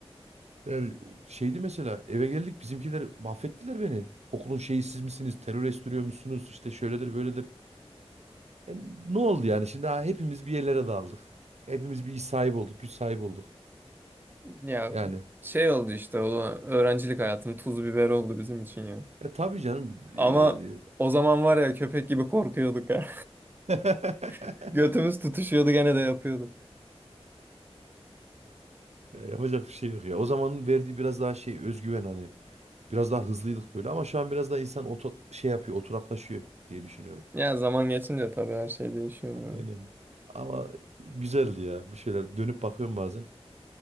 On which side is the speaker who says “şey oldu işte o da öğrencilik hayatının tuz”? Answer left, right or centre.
Right